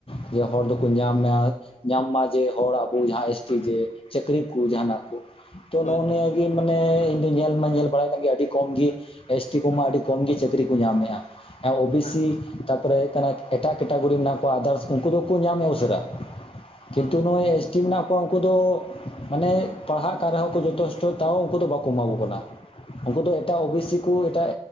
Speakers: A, on the left; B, on the left.
A: ᱨᱮᱦᱚᱸ ᱡᱮ ᱦᱚᱲ ᱫᱚᱠᱚ ᱧᱟᱢᱭᱟ ᱧᱟᱢ ᱢᱟ ᱡᱮ ᱦᱚᱲ ᱟᱵᱚ ᱡᱟᱦᱟᱸ ᱮᱥ ᱴᱤ ᱡᱮ ᱪᱟᱹᱠᱨᱤ ᱠᱩ ᱡᱟᱦᱟᱱᱟᱜ ᱠᱩ ᱛᱚ
B: ᱦᱳᱭ,
A: ᱱᱚᱜ-ᱚ
B: ᱦᱳᱭ,
A: ᱱᱤᱭᱟᱹ
B: ᱦᱳᱭ,
A: ᱜᱤ᱾ ᱢᱟᱱᱮ ᱤᱧ ᱫᱚ ᱧᱮᱞ ᱢᱟᱧ ᱧᱮᱞ ᱵᱟᱲᱟᱭ ᱠᱟᱱ ᱜᱮ ᱟᱹᱰᱤ ᱠᱚᱢ ᱜᱤ ᱮᱥ ᱴᱤ ᱠᱚᱢᱟ ᱟᱹᱰᱤ ᱠᱚᱢ ᱜᱤ ᱪᱟᱹᱠᱨᱤ ᱠᱩ ᱧᱟᱢᱮᱜᱼᱟ᱾ ᱳ ᱵᱤ
B: ᱦᱮᱸ,
A: ᱥᱤ ᱛᱟ ᱯᱚᱨᱮ ᱦᱩᱭᱩᱜ ᱠᱟᱱᱟ ᱮᱴᱟᱜ ᱠᱮᱴᱟᱜᱚᱨᱤ ᱢᱮᱱᱟᱜ ᱠᱚᱣᱟ ᱟᱫᱟᱨᱥ ᱩᱱᱠᱩ ᱫᱚᱠᱩ ᱧᱟᱢᱮᱜ-ᱟ ᱩᱥᱟᱹᱨᱟ᱾ ᱠᱤᱱᱛᱩ
B: ᱦᱮᱸ,
A: ᱱᱚᱼᱚᱭ᱾ ᱴᱤ ᱢᱮᱱᱟᱜ ᱠᱚᱣᱟ ᱩᱱᱠᱩ ᱫᱚ ᱢᱟᱱᱮ ᱯᱟᱲᱦᱟᱜ ᱠᱟᱱ ᱨᱮᱦᱚᱸ ᱠᱚ ᱡᱚᱛᱷᱮᱥᱴᱚ ᱛᱟᱣ ᱩᱱᱠᱩ ᱫᱚ ᱵᱟᱠᱚ ᱮᱢᱟ ᱠᱚ ᱠᱟᱱᱟ᱾ ᱩᱱᱠᱩ ᱫᱚ ᱮᱴᱟᱜ ᱳ ᱵᱤ ᱥᱤ ᱠᱩ ᱮᱴᱟᱜ